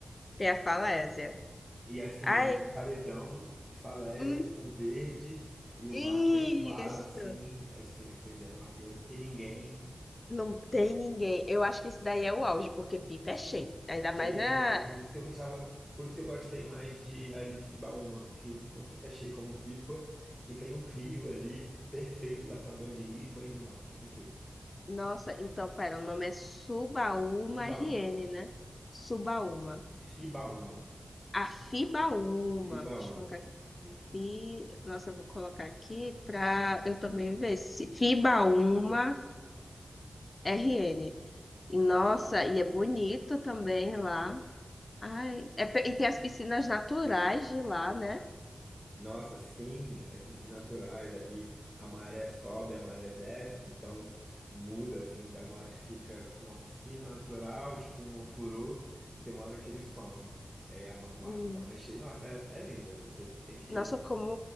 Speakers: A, on the left; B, in the centre.
A: Tem a falésia.
B: E assim,
A: Ai,
B: é um paredão de falésia
A: hum,
B: com verde e o
A: isso.
B: mar bem claro, assim, assim, assim, onde é, nossa, e é, não tem ninguém.
A: Não tem ninguém. Eu acho que isso daí é o auge, porque Pipa é cheio. Ainda
B: Cheio
A: mais na
B: demais. Por isso que eu gostava, por isso que eu gostei mais de ali de Cibaúma, que não fica cheio como Pipa e tem um rio ali perfeito, dá pra tomar banho de rio e banho de mar. É perfeito.
A: Nossa, então, pera, o nome é Subaúma
B: Cibaúma.
A: RN, né? Subaúma.
B: Cibaúma.
A: Afibaúma.
B: Cibaúma.
A: Deixa eu colocar aqui.
B: É isso.
A: Fi... Nossa, eu vou colocar aqui para eu também ver se Fibaúma RN. Nossa,
B: É
A: e é bonito também lá. Ai, é pe- E tem as piscinas naturais de lá, né?
B: Nossa, sim, as piscinas naturais ali, a maré sobe, a maré desce, então muda assim, dá uma hora que fica com uma piscina natural, tipo um ofurô, e tem uma hora que ele some. E aí a ma- o mar
A: Hum.
B: fica mais cheio. Nossa, é, é lindo ali, você tem que
A: Nossa,
B: ir.
A: como